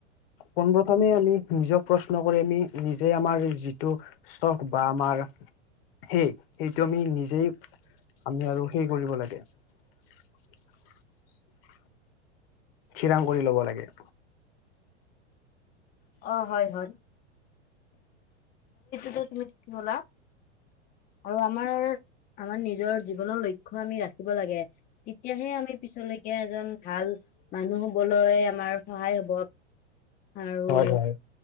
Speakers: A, on the left; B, on the left.
A: পোনপ্ৰথমে আমি নিজক প্ৰশ্ন কৰি আমি নিজে আমাৰ যিটো ষ্টক বা আমাৰ সেই সেইটো আমি নিজেই আমি আৰু হে কৰিব লাগে <inaudible> খিৰাং কৰি ল'ব লাগে
B: অ হয় হয় টোত তুমি কি ব'লা আৰু আমাৰ আমাৰ নিজৰ জীৱনৰ লক্ষ্য় আমি ৰাখিব লাগে, তেতিয়াহে আমি পিছলৈকে এজন ভাল মানুহ হবলৈ আমাৰ সহায় হ'ব আৰু
A: হয়, হয়